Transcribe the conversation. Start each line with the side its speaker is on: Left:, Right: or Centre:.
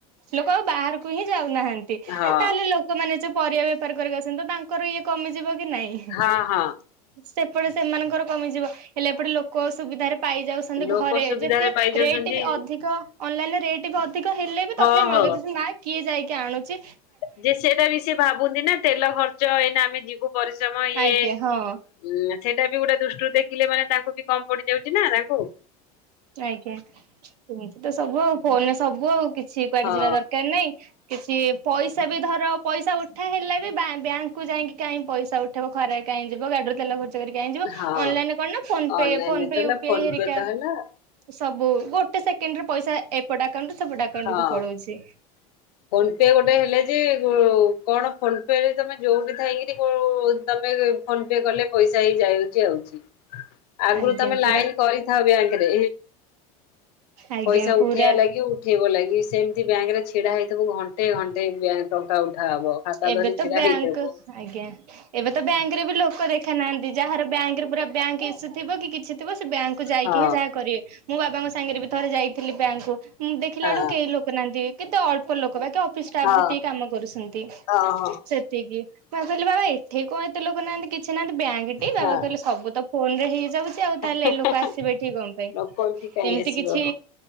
Right: ଲୋକ ଆଉ ବାହାରକୁ ହିଁ ଯାଉନାହାନ୍ତି
Left: ହଁ
Right: ଆଉ ତାହେଲେ ଲୋ କମାନେ ଯୋଉ ପରିବା ବେପାର କରିକ ଆସୁଚନ୍ତି ତ ତାଙ୍କର ଇଏ କମିଯିବ କି ନାଇଁ।
Left: ହଁ ହଁ
Right: ସେପଟେ ସେମାନଙ୍କର କମିଯିବ ହେଲେ ଏପଟେ ଲୋକ ସୁବିଧାରେ ପାଇଯା ଛନ୍ତି।
Left: ଲୋକ
Right: ଘରେ
Left: ସୁବିଧାରେ
Right: ଯେତେ
Left: ପାଇଯାଉଛନ୍ତି
Right: ରେଟ୍ ବି ଅଧିକ ଅନଲାଇନରେ ରେଟ୍ ବି ଅଧିକ ହେଲେ ବି
Left: ହଁ
Right: ତଥାପି
Left: ହଁ
Right: ମଗେଇ ଦୋଉଚନ୍ତି ନାଁ କିଏ ଯାଇକି ଆଣୁଚି।
Left: ଯେ ସେଟା ବି ସିଏ ଭାବୁନି ନା ତେଲ ଖର୍ଚ୍ଚ ଏଇନା ଆମେ ଯିବୁ ପରିଶ୍ରମ ଇଏ
Right: ଆଜ୍ଞା
Left: ଉଁ
Right: ହଁ
Left: ଆଁ ସେଇଟା ବି ଗୋଟେ ଦୃଷ୍ଟିରୁ ଦେଖିଲେ ମାନେ ତାଙ୍କୁ ବି କମ୍ ପଡିଯାଉଚି ନା ତାଙ୍କୁ।
Right: ଆଜ୍ଞା ଏମିତି ତ ସବୁ ଆଉ ଫୋନରେ ସବୁ ଆଉ କିଛି କୁଆଡେ
Left: ହଁ
Right: ଯିବା ଦରକାର ନାଇଁ। କିଛି ପଇଷି ବି ଧର ପଇଷା ଉଠା ହେଲେ ବି ବ୍ୟା-ବ୍ୟାଙ୍କ କୁ ଯାଇକି କାହିଁ ପ‌ଇଷା ଉଠେଇବ ଖରାରେ କାହିଁ ଯିବ ଗାଡିରୁ ତେଲ ଖ ର୍ଚ୍ଚ କରିକି କାଇଁ ଜିବ
Left: ହଁ
Right: ଅନାଇନରେ କଣ ଫୋନ୍
Left: ଅନଲାଇନରେ
Right: ପେ ଫୋନ୍ ପେ
Left: ତ ହେଲା
Right: ୟୁପିଆଇ
Left: ଫୋନ
Right: ହେରିକା
Left: ପେ ତ ହେଲା
Right: ସବୁ ଗୋଟେ ସେକେଣ୍ଡରେ ପଇସା ଏପଟ ଆକାଉଣ୍ଟରୁ ସେପଟ ଆ କାଉଣ୍ଟକୁ
Left: ହଁ
Right: ପଳୋଉଚି।
Left: ଫୋନ ପେ ଗୋଟେ ହେଲେ ଯେ କୁ କଣ ଫୋନ୍ ପେରେ ତମେ ଯୋଉଠି ଥାଇକିରି କୋଉ ତମେ ଫୋନ୍ ପେ କଲେ ପଇସା ଏଇ ଯାଉଚି ଆଉଚି। ଆଗରୁ
Right: ଆଜ୍ଞା
Left: ତମେ
Right: ପୁରା
Left: ଲାଇନ୍ କରିଥାଅ ବ୍ୟାଙ୍କରେ
Right: ଆଜ୍ଞା
Left: ପଇସା
Right: ପୁରା
Left: ଉଠେଇବା ଲାଗି ଉ ଉଠବ ଲାଗି ସେମିତି ବ୍ୟାଙ୍କରେ ଛିଡ଼ା ହେଇଥିବୁ ଘଣ୍ଟେ ଘଣ୍ଟେ ବ୍ୟା ଟଙ୍କା ଉଠା ହବ ଖାତା
Right: ଏବେ
Left: ଧରି
Right: ତ
Left: ଛିଡା
Right: ବ୍ୟାଙ୍କ
Left: ହେଇଥିବୁ
Right: ଆଜ୍ଞା ଏବେ ତ ବ୍ୟାଙ୍କରେ ବି ଲୋକ ଦେଖ ଦେଖା ନାହାନ୍ତି ଯାହାର ବ୍ୟାଙ୍କ ପୁରା ବ୍ୟାଙ୍କ ଇସ୍ୟୁ ଥିବ କିଛି ଥିବ ସେ ବ୍ୟାଙ୍କକୁୁ ଯାଇକି
Left: ହଁ
Right: ହିଁ ଯାହା କରିବେ। ମୁଁ ବାବାଙ୍କ ସାଙ୍ଗରେ ବି ଥରେ ଯାଇଥିଲି ବ୍ୟାଙ୍କକୁ ମୁଁ ଦେଖିଲା
Left: ହଁ
Right: ବେଳକୁ କେହି ଲୋକ ନାହାନ୍ତି କେତେ ଅଳ୍ପ ଲୋକ। ବାକ ଅଫିସ ଷ୍ଟାଫ୍
Left: ହଁ
Right: ଯେତିକି କାମ କରୁଛନ୍ତି।
Left: ଓହୋ
Right: ସେତିକି ବା କହିଲେ ବାବା ଏଠି କଣ ଏତେ ଲୋକ ନାହାନ୍ତି କିଛି ନାହାନ୍ତି ବ୍ୟାଙ୍କଟି ବାବା
Left: ହଁ
Right: କହିଲେ ସବୁ ତ ଫୋନ ରେ ହେଇଯାଉଛି ଆଉ ତାହେଲେ
Left: ହଁ
Right: ଲୋକ ଆସିବେ ଠିକ କଣ ପାଇଁ?
Left: ଲୋକ ଏଠି କାହିଁ
Right: ଏମିତି
Left: ଆସିବ
Right: କିଛି